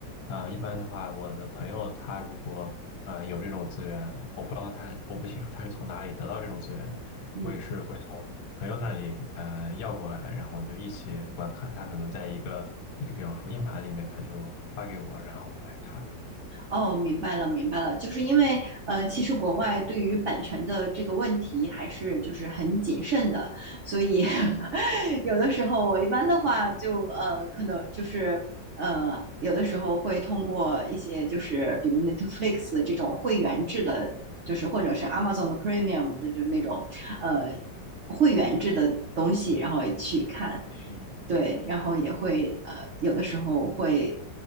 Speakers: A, on the left; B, on the right.
A: 啊、一般的话，我的朋友他如果啊、有这种资源，我不知道他我不清楚他是从哪里得到这种资源的，
B: 嗯。
A: 我也是会从朋友那里呃要过来，然后就一起观看。他可能在一个，比方说硬盘里面，他就发给我，然后我来看。
B: 哦，明白了，明白了，就是因为呃，其实国外对于版权的这个问题还是就是很谨慎的，所以 <laughs> 有的时候我一般的话就呃，可能就是呃，有的时候会通过一些就是比如 Netflix 的这种会员制的，就是或者是 Amazon 的 Premium 的，就是那种呃会员制的东西，然后也去看，对，然后也会呃有的时候会